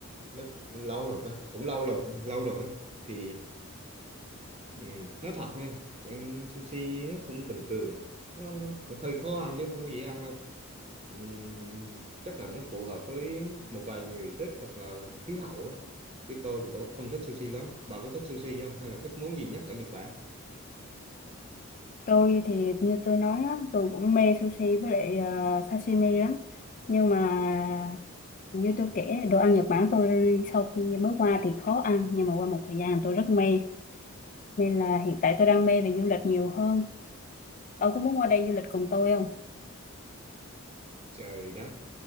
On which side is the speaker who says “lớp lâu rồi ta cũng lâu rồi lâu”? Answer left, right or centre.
Right